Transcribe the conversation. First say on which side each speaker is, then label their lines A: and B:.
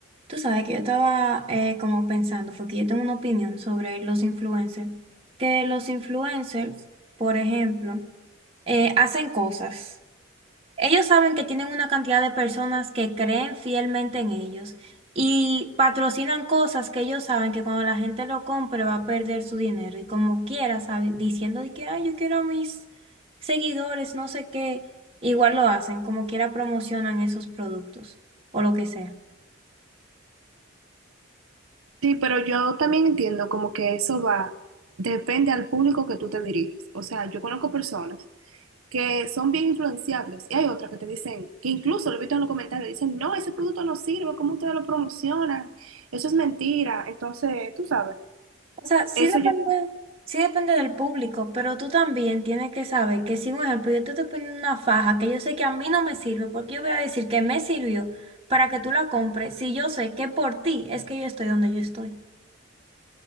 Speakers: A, on the right (about 25°); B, on the right (about 85°).
A: Tú sabes que yo estaba eh, como pensando, porque yo tengo una opinión sobre los influencers, que los influencers, por ejemplo, eh, hacen cosas. Ellos saben que tienen una cantidad de personas que creen fielmente en ellos y patrocinan cosas que ellos saben que cuando la gente lo compre va a perder su dinero y como quiera, sabe- diciendo de que, ay, yo quiero a mis seguidores, no sé qué, igual lo hacen, como quiera promocionan esos productos o lo que sea.
B: Sí, pero yo también entiendo como que eso va, depende al público que tú te diriges. O sea, yo conozco personas que son bien influenciables y hay otras que te dicen, que incluso lo he visto en los comentarios, dicen, no, ese producto no sirve, ¿cómo ustedes lo promocionan? Eso es mentira. Entonces, tú sabes,
A: O sea, sí
B: eso
A: depende,
B: yo,
A: sí depende del público, pero tú también tienes que saber que si, por ejemplo, yo te estoy poniendo una faja que yo sé que a mí no me sirve, porque yo voy a decir que me sirvió para que tú la compres, si yo sé que por ti es que yo estoy donde yo estoy.